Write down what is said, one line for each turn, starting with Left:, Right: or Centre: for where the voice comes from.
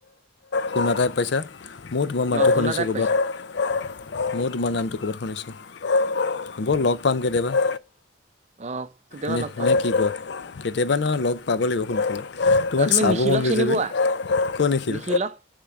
Left: শুনা টাইপ পাইছা ময়ো তোমাৰ মাতটো
Right: অ শুনা
Left: শুনিছোঁ
Right: টাইপ
Left: ক'ৰবাত
Right: পাইছো
Left: ময়ো তোমাৰ নামটো ক'ৰবাত শুনিছোঁ হ'ব লগ পাম কেতিয়াবা
Right: অ কেতিয়াবা
Left: নে
Right: লগ পাম
Left: কি কয় কেতিয়াবা নহয় লগ পাব লাগিব সোনকালে তোমাক
Right: অ তুমি
Left: চাব
Right: নিখিলক
Left: মন গৈছে
Right: চিনি
Left: বে
Right: পোৱা
Left: অ' নিখিল
Right: নিখিলক